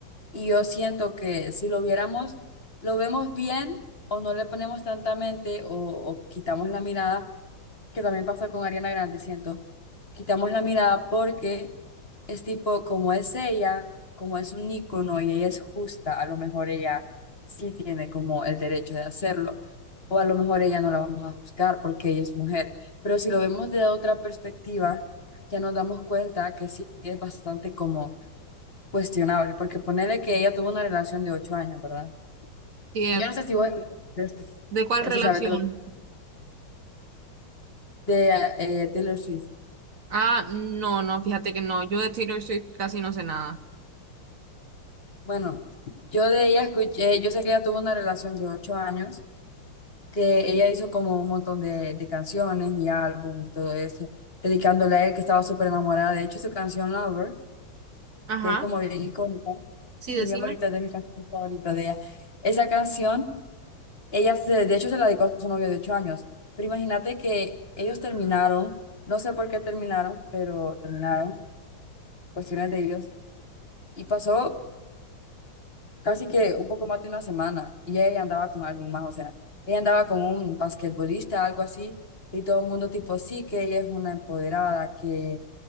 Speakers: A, on the left (about 35°); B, on the right (about 55°).
A: Y yo siento que si lo viéramos, lo vemos bien o no le ponemos tanta mente o, o quitamos la mirada, que también pasa con Ariana Grande, siento. Quitamos la mirada porque es tipo, como es ella, como es un ícono y ella es justa, a lo mejor ella sí tiene como el derecho de hacerlo, o a lo mejor ella no la vamos a juzgar porque ella es mujer. Pero si lo vemos de otra perspectiva, ya nos damos cuenta que sí es bastante como Cuestionable, porque ponele que ella tuvo una relación de ocho años, ¿verdad?
B: Sí,
A: Yo no sé si vos escuchaste de esto
B: ¿De cuál
A: o
B: relación?
A: si sabes de lo que- de eh, Taylor Swift.
B: Ah, no, no, fíjate que no. Yo de Taylor Swift casi no sé nada.
A: Bueno, yo de ella escuché, yo sé que ella tuvo una relación de ocho años, que ella hizo como un montón de, de canciones y álbum y todo eso, dedicándole a él que estaba súper enamorada. De hecho, su canción Lover,
B: Ajá,
A: que es como bien icónica
B: sí,
A: y
B: decime.
A: bien bonita, es de mis canciones favoritas de ella. Esa canción. Ella, se, de hecho, se la dedicó a su novio de ocho años. Pero imagínate que ellos terminaron, no sé por qué terminaron, pero terminaron, cuestiones de ellos. Y pasó casi que un poco más de una semana y ella andaba con alguien más, o sea, ella andaba con un basquetbolista, algo así, y todo el mundo tipo, sí, que ella es una empoderada, que,